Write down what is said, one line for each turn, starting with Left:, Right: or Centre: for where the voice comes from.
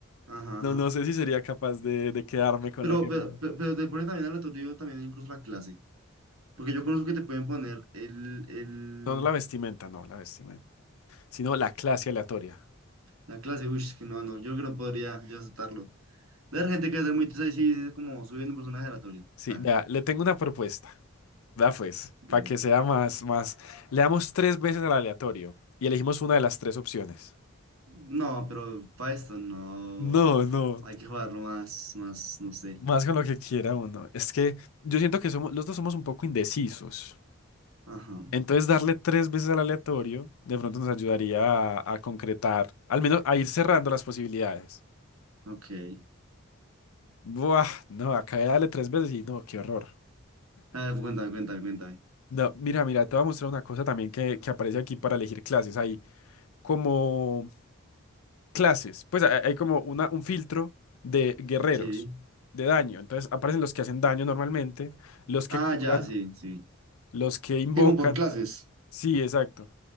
Right: Ajá,
Left: No,
Right: ajá.
Left: no sé si sería capaz de, de quedarme con
Right: Pero,
Left: lo que
Right: pero,
Left: me...
Right: pe- pero te ponen también aleatorio también incluso la clase. Porque yo conozco que te pueden poner el, el,
Left: No, no la vestimenta, no, la vestimenta, sino la clase aleatoria.
Right: la clase. Uy, es que no, no, yo creo que no podría yo aceptarlo. La gente que hace muy tesa y sí, es como subiendo un personaje aleatorio.
Left: Sí,
Right: Ta,
Left: vea, le tengo una propuesta. Vea pues,
Right: dime.
Left: para que sea más, más. Le damos tres veces al aleatorio y elegimos una de las tres opciones.
Right: No, pero para esto no.
Left: No, no.
Right: Hay que jugarlo más, más, no sé.
Left: Más con lo que quiera uno. Es que yo siento que somos, los dos somos un poco indecisos.
Right: Ajá,
Left: Entonces, darle tres veces al aleatorio de pronto nos ayudaría a, a concretar, al menos a ir cerrando las posibilidades.
Right: ok.
Left: Buah, no, acá de darle tres veces y no, qué horror.
Right: A ver, cuéntame, cuéntame, cuéntame.
Left: No, mira, mira, te voy a mostrar una cosa también que, que aparece aquí para elegir clases. Hay como clases, pues hay, hay como una, un filtro de guerreros,
Right: Sí.
Left: de daño. Entonces aparecen los que hacen daño normalmente, los que
Right: Ah,
Left: curan,
Right: ya, sí, sí.
Left: los que invocan.
Right: Digo, por clases.
Left: Sí, exacto.